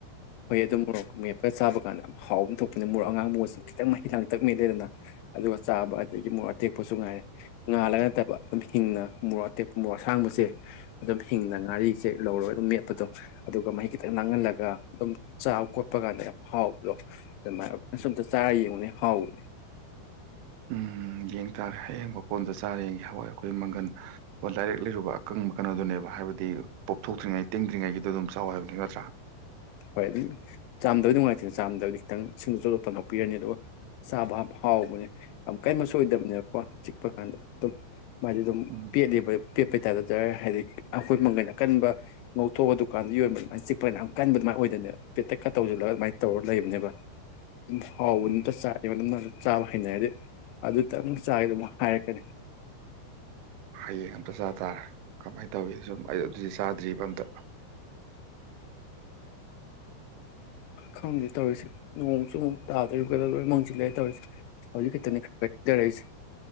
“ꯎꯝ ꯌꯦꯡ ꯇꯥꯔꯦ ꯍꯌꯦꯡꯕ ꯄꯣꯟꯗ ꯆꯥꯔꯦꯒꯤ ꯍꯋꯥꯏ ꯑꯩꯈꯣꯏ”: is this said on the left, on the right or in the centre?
Right